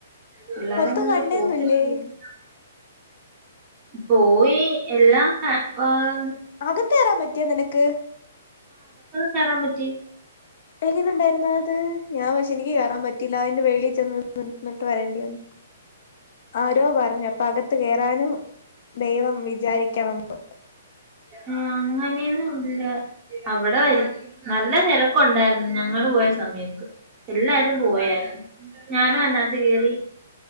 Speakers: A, on the right; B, on the left.
A: പിള്ളാരെ
B: മൊത്തം
A: കൊണ്ട്
B: കണ്ടേന്നില്ലേ
A: പോക്ക് ശരിയാ പോയി എല്ലാം ക്ക ഹ്
B: അകത്തേറാൻ പറ്റിയോ നിനക്ക്?
A: കേറാം പറ്റി.
B: എങ്ങനുണ്ടായിരുന്ന് അത് ഞാൻ പഷേ എനിക്ക് കേറാൻ പറ്റ റ്റില അയിൻ്റെ വെളി ചെന്ന് ന് നിന്നിട്ട് വരേണ്ടി വന്ന് ആരോ പറഞ്ഞു അപ്പ അക ത്ത് കേറാനും ദൈവം വിചാരിക്കണം ന്ന്
A: ആഹ് അങ്ങനെന്നും ഇല്ല അവടെ എ നല്ല തെരക്കുണ്ടായിരുന്നു ഞങ്ങള് പോയ സമയത്ത് എല്ലാരും പോയാരുന്നു ഞാന അയിനകത്ത് കേറി